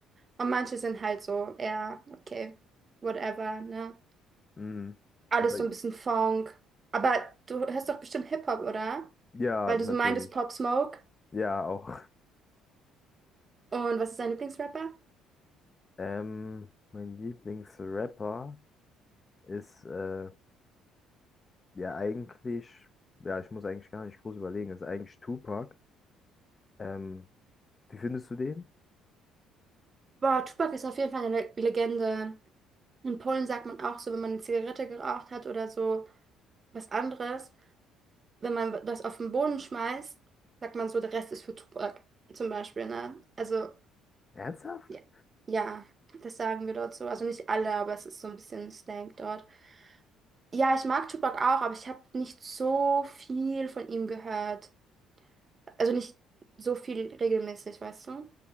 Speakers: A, on the right; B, on the left.
A: und manche sind halt so, ja, okay, whatever, ne?
B: Mhm.
A: Alles
B: Wobei,
A: so ein bisschen Funk. Aber du hörst doch bestimmt Hip-Hop, oder?
B: ja,
A: Weil du
B: natürlich.
A: so meintest Pop Smoke.
B: Ja, auch.
A: Und was ist dein Lieblingsrapper?
B: Ähm, mein Lieblingsrapper ist äh, ja eigentlich, ja, ich muss eigentlich gar nicht groß überlegen, ist eigentlich Tupac. Ähm, wie findest du den?
A: Boah, Tupac ist auf jeden Fall eine Le- Legende. In Polen sagt man auch so, wenn man eine Zigarette geraucht hat oder so was anderes, wenn man das auf den Boden schmeißt, sagt man so, der Rest ist für Tupac zum Beispiel, ne? Also
B: Ernsthaft?
A: Ja, ja, das sagen wir dort so. Also nicht alle, aber es ist so ein bisschen Slang dort. Ja, ich mag Tupac auch, aber ich habe nicht so viel von ihm gehört. Also nicht so viel regelmäßig, weißt du?